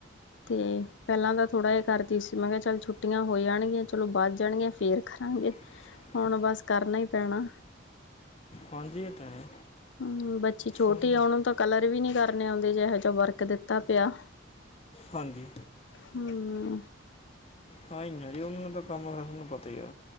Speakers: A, on the left; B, on the left.
A: ਤੇ ਪਹਿਲਾਂ ਤਾਂ ਥੋੜ੍ਹਾ ਜ ਕਰਦੀ ਸੀ ਮੈਂ ਕਿਹਾ ਚੱਲ ਛੁੱਟੀਆਂ ਹੋ ਜਾਣਗੀਆਂ ਚਲੋ ਵੱਧ ਜਾਣਗੀਆਂ ਫੇਰ ਕਰਾਂਗੇ।
B: ਹਮ। <inaudible>
A: ਹੁਣ ਬਸ ਕਰਨਾ ਹੀ ਪੈਣਾ।
B: ਹਾਂਜੀ ਇਹ ਤਾਂ ਹੈ।
A: ਹਮ ਬੱਚੀ ਛੋਟੀ
B: ਕੰਮ
A: ਆ ਉਹਨੂੰ ਤਾਂ ਕਲਰ ਵੀ ਨੀ ਕਰਨੇ ਆਉਂਦੇ ਜੋ ਜਿ ਵਰਕ ਦਿੱਤਾ ਪਿਆ।
B: ਹਾਂਜੀ।
A: ਹਮ।
B: ਹਾਂ ਹੀ ਨਾ ਜੀ ਉਹਨਾਂ ਨੇ ਤਾਂ ਕੰਮ ਸਾਨੂੰ ਪਤਾ ਹੀ ਆ,